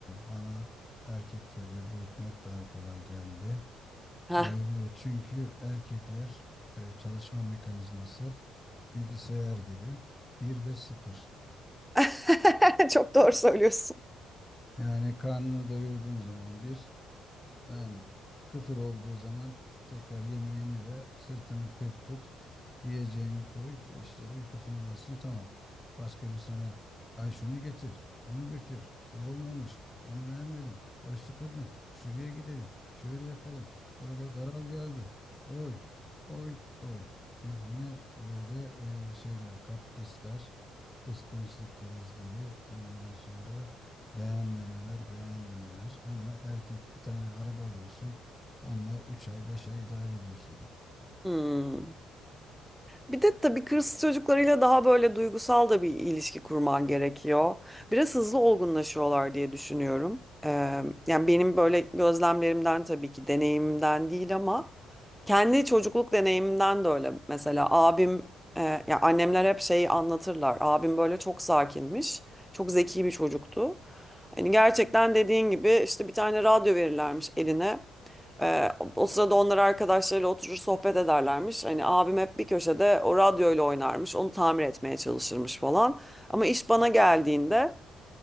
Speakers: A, on the left; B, in the centre.
A: bana erkek çocuğu büyütmek daha kolay geldi.
B: Heh.
A: Ee, çünkü erkekler e, çalışma mekanizması bilgisayar gibi bir ve sıfır.
B: <laughs> Çok doğru söylüyorsun.
A: Yani karnını doyurduğun zaman bir. ama Sıfır olduğu zaman tekrar yemeğini ve sırtını pek tut. Yiyeceğini koy. işte uykusunu alsın. Tamam. Başka bir sana ay şunu getir. Bunu götür. Bu olmamış. Bunu beğenmedim. Oy sıkıldım. Şuraya gidelim. Şöyle yapalım. Burada daral geldi. Oy. Oy. Oy. Yani böyle e, şeyler, kaprisler, kıskançlık krizleri, ondan sonra Beğenmemeler, beğenmemeler ama erkek bir tane araba alıyorsun. Onunla 3 ay, 5 ay idare ediyorsun.
B: Hmm. Bir de tabii kız çocuklarıyla daha böyle duygusal da bir ilişki kurman gerekiyor. Biraz hızlı olgunlaşıyorlar diye düşünüyorum. Ee, yani benim böyle gözlemlerimden tabii ki deneyimimden değil ama kendi çocukluk deneyimimden de öyle. Mesela abim, e, ya annemler hep şeyi anlatırlar. Abim böyle çok sakinmiş, çok zeki bir çocuktu. Hani gerçekten dediğin gibi işte bir tane radyo verirlermiş eline. Ee, o sırada onlar arkadaşlarıyla oturur sohbet ederlermiş. Hani abim hep bir köşede o radyoyla oynarmış. Onu tamir etmeye çalışırmış falan. Ama iş bana geldiğinde